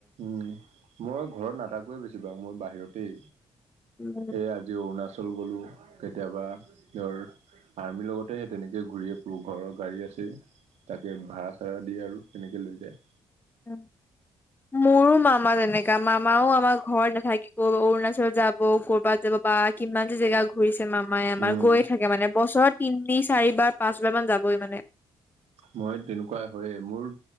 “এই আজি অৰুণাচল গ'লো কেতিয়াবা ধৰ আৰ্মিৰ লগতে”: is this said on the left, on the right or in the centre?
Right